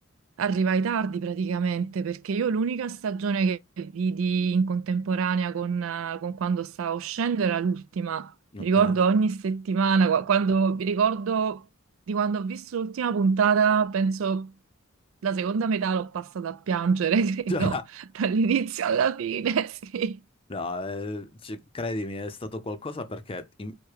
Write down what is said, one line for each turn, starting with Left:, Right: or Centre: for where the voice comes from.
Right: arrivai tardi praticamente, perché io l'unica stagione che vidi in contemporanea con, eh, con quando stavo uscendo era l'ultima.
Left: Ok.
Right: Mi ricordo
Left: <laughs>
Right: ogni settimana, qua- quando mi ricordo di quando ho visto l'ultima puntata, penso la seconda metà l'ho passata a piangere, <laughs> credo,
Left: Cioè,
Right: dall'inizio alla fine, <laughs> sì.
Left: No, eh, ci- credimi, è stato qualcosa perché im-